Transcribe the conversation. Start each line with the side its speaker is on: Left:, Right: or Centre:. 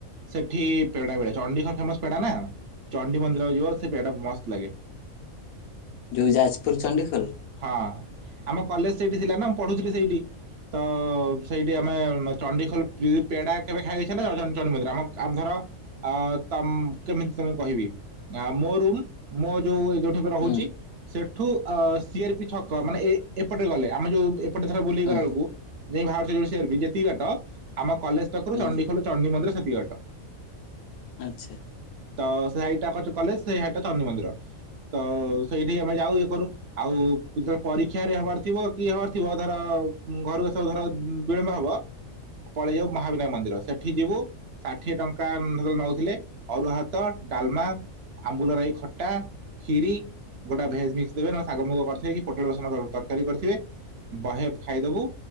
Right: ସେଠି ପେଡା ମିଳେ ଚଣ୍ଡିଖୋଲ ଫେମସ୍ ପେଡା ନା ଚଣ୍ଡି ମନ୍ଦିର ଯିବ ସେ ପେଡା ମସ୍ତ ଲାଗେ।
Left: ଯୋଉ ଯାଜପୁର ଚଣ୍ଡିଖୋଲ?
Right: ହଁ ଆମ କଲେଜ ସେଇଠି ଥିଲା ନା ମୁଁ ପଢୁଥିଲି ସେଇଠି ତ ସେଇଠି
Left: ହୁଁ
Right: ଆମେ ଚଣ୍ଡିଖୋଲ ପି ପେଡା କେବେ ଖାଇଆକୁ ଇଚ୍ଛା ହେଲେ <unintelligible> ଚଣ୍ଡୀ ମନ୍ଦିର ଆମ କ୍ ଆମ୍ ଧର ଅ ତମ୍ କେମିତି ତମୁକୁ କହିବି ଆ ମୋ ରୁମ୍ ମୋ ଯୋଉ ଏଇ ଯୋଉଠି ମୁଁ ରହୁଚି
Left: ହୁଁ
Right: ସେଠୁ ଅ ସି ଆର୍ ପି ଛ କ ମାନେ ଏ ଏପଟେ ଗଲେ ଆମେ ଯୋଉ ଏପଟେ ଧର ବୁଲିକି
Left: ହୁଁ ହୁଁ
Right: ଗଲାଳୁକୁ ଯାଇଁ ଭାରୁଚେ ଯୋଉ ସି ଆର୍ ପି ଯେତିକି ବାଟ ଆମ କଲେଜ ପାଖୁରୁ
Left: ହୁଁ
Right: ଚଣ୍ଡିଖୋଲ ଚଣ୍ଡୀ ମନ୍ଦିର ସେତିକି ବାଟ।
Left: ଆଚ୍ଛା।
Right: ତ ସେ ହାଇଟାକଚ୍ କଲେଜ ସେ ହାଇଟା ଚଣ୍ଡୀ ମନ୍ଦିର ତ ସେଇଠି ଆମେ ଯାଉ ଇଏ କରୁ। ଆଉ ପିଲର୍ ପରୀକ୍ଷା ହେରିକା ହବାର ଥିବ କି ହବାର ଥିବ ଧର ଉଁ ଘରକୁ ଆସିଆକୁ ଧର ଉଁ ବିଳମ୍ବ ହବ ପଳେଇ ଯାଉ ମହାବିନାୟକ ମନ୍ଦିର ସେଠି ଯିବୁ ଷାଠିଏ ଟଙ୍କା ଉଁ ହେତେବେଳେ ନଉଥିଲେ ଅରୁଆ ହାତ ଡାଲମା ଆମ୍ବୁଲ ରାଇ ଖଟା ଖିରୀ ଗୋଟେ ଭେଜ ମିକ୍ସ ଦେବେ ନ ଶାଗ ମୁଗ କରିଥିବେ କି ପୋଟଳ ବେସନ ତରକାରୀ କରିଥିବେ ବହେ ପ୍ ଖାଇଦବୁ